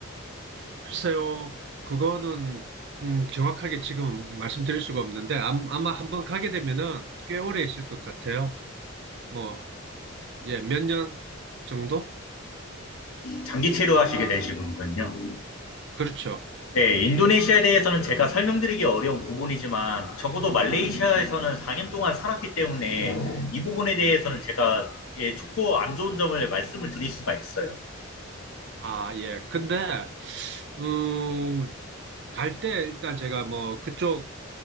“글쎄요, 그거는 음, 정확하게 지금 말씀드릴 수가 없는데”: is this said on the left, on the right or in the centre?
Right